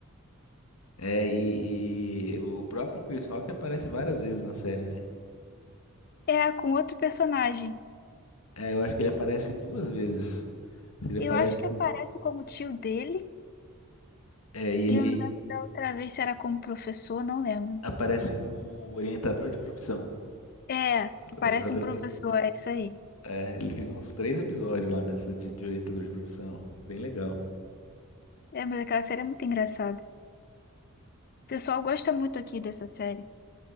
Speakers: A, on the left (about 70°); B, on the left (about 45°).
A: é e, e o próprio Chris Rock aparece várias vezes na série, né?
B: é com outro personagem.
A: É, eu acho que ele aparece duas vezes. Ele aparece,
B: Eu acho que aparece como tio dele,
A: é, e
B: e
A: ele
B: eu não lembro da outra vez se era como professor, não lembro.
A: aparece como orientador de profissão.
B: É, que
A: Orientador,
B: parece um professor, é isso aí.
A: é, ele fica uns três episódios lá nessa de, de orientador de profissão. Bem legal.
B: É, mas aquela série é muito engraçada. O pessoal gosta muito aqui dessa série.